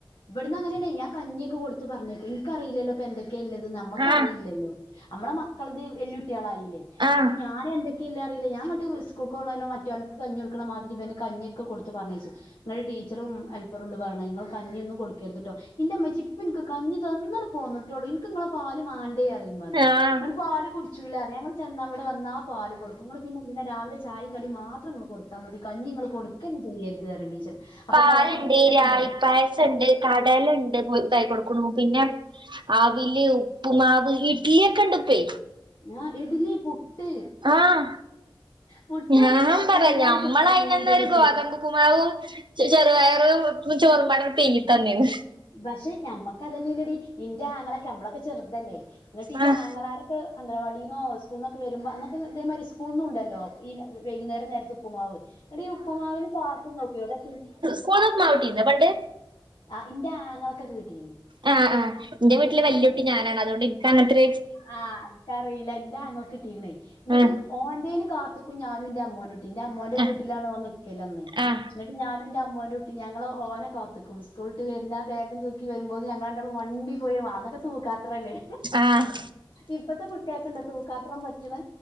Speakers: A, on the left; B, on the right.
A: ഇവിടന്ന് അങ്ങനെയാണേ ഞാൻ കഞ്ഞിയൊക്കെ കൊടുത്ത് പറഞ്ഞേക്കു ഇൻക്കറീല്ലല്ലപ്പോ എന്തെ ക്കെല്ലത് നമ്മുക്കറിയില്ലല്ലോ
B: ആഹ്
A: അമ്മടെ മക്കളത് വെല്ലുട്ടികളായില്ലേ
B: ആഹ്
A: അപ്പൊ ഞാൻ എന്തൊ ക്കില്ല അറിയില്ല ഞാൻ ഇങ്ങട്ട് സ്കൂൾക്ക് പോന്നെന്നെ മറ്റൾക്ക് കഞ്ഞി കൊടുക്കണ മാതിരി ഇവന് കഞ്ഞി ഒക്കെ കൊടുത്ത് പറഞ്ഞേച്ചു പറഡി ടിച്ചറും ഹെല്പറുണ്ട് പറയണേ നിങ്ങൾ കഞ്ഞിയൊന്നു കൊടുക്കരുത്ട്ടോ ഇന്റെ ഉമ്മച്ചി ഇപ്പനിക്ക് കഞ്ഞി തന്ന് പോന്നട്ട ട്ടോള്ളു ബനിക്ക് ഇങ്ങളെ പാല് മാണ്ടേയ ടൈമന്ന്
B: ആഹ്
A: എട്ട് പാല് കുടിച്ചൂലാറിയു ഞങ്ങൾ ചെന്നവിടെ വന്നാ പാൽ കൊടുക്കും ഇങ്ങൾ പിന്നെ എന്തിനാ രാവിലെ ച- തായും കടി മാത്രം ഇങ്ങൾ കൊടുത്താ മതി കഞ്ഞി ഇങ്ങള് കൊടുക്കെന്നെ ചെയ്യരുത് പറയും ടീച്ചറ് അപ്പൊ
B: പാലുണ്ട്,
A: എന്താ ഓൻ കുടിക്കൂല
B: രായി
A: പിന്നെ
B: പായസം ഉണ്ട് കടലണ്ട് ഇതായി കൊടുക്കുണു പിന്നെ ആവില്, ഉപ്പ് മാവ്, ഇഡ്ലിയൊക്കെ ഉണ്ട്പ്പേ
A: ങ്ങാ ഇഡലി, പുട്ട്
B: ആഹ്
A: പുട്ടും
B: ഞാൻ
A: പട്ടാണിക്കറിയൊക്കെ
B: പറയാ ഞമ്മളയിനെന്നെരു
A: കൊണ്ടന്നീനി ഇന്റെ വീട്ട്
B: ഗോതമ്പ് ഉപ്പുമാവും ച്ചി ചെറുപയറ് ഉപ്പ് ചോറുപാടെ പുഴുങ്ങി തന്നീന്ന്.
A: പക്ഷെ നമ്മക്ക് അതന്നല്ലല്ലടി ഇന്റെ ആങ്ങളക്കെ നമ്മളൊക്കെ ചെറുതല്ലേ ഇങ്ങട്ട് ഈ
B: ആഹ്
A: ആങ്ങളാര് ട്ട് അംഗണവാടിന്നോ സ്കൂള് ന്നോക്കെ വരുമ്പോ അന്നെക്കെ ഇതേമാതിരി സ്കൂളിന്നുണ്ടല്ലോ ഈ വൈ വൈകുന്നേരം നേരത്തെ ഉപ്പുമാവ് എടീ ഉപ്പുമാവിന് കാത്ത്ന്നോക്കിയോ ഇവിടെ
B: സ്കൂളിന്ന് ഉപ്പുമാവ് കിട്ടിനോ പണ്ട്?
A: ആഹ് ഇന്റെ ആങ്ങളൊക്കെ കിട്ടിരുന്നു.
B: അ ആഹ് ഇന്റെ വീട്ടില് വല്യ കുട്ടി ഞാനാണ് അതുകൊണ്ട് ഇനിക്ക് അങ്ങനത്തെര്
A: ആഹ് അനക്കറിയില്ല ഇന്റെ ആങ്ങളക്കിട്ടീക്ക്ണേ ന്നിട്ട്
B: ആഹ്
A: ഓന്റെന് കാത്ത്ക്കും ഞാനും എന്റെ അമ്മിൻ്റെുട്- ഇന്റെ അമ്മോന്റെ
B: ആഹ്
A: വീട്ടിലാണ് ഓനിൽക്കലന്ന്
B: ആഹ്
A: ന്നിട്ട് ഞാനും എന്റെ അമ്മോന്റെ ഞങ്ങള്ഓനെ കാത്തു നിൽക്കും സ്കൂൾട്ട് വരുന്ന ആ ബാഗും തൂക്കി വരുമ്പോ ഞങ്ങൾ രണ്ടാളും മണ്ടി പോയി അ വാ തുക്കാത്രല്ലേ?
B: ആഹ്
A: ഇപ്പത്തെ കുട്ടിയക്കെ ഉണ്ടോ തൂക്കാത്രം പറ്റണ്.